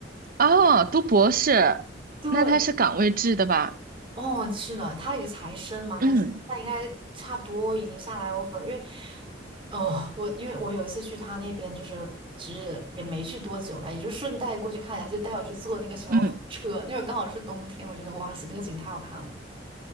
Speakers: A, on the right (about 50°); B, on the right (about 30°).
A: 哦，读博士，
B: 对，
A: 那他是岗位制的吧？
B: 哦，是的，他也是才生嘛，他他应该差不多已经下来
A: 嗯
B: offer，因为，哦，我因为我有一次去他那边，就是其实也没去多久了，也就顺带过去看一下，他就带我去坐那个小火车，
A: 嗯，
B: 那会儿刚好是冬天，我觉得哇塞，那个景太好看了。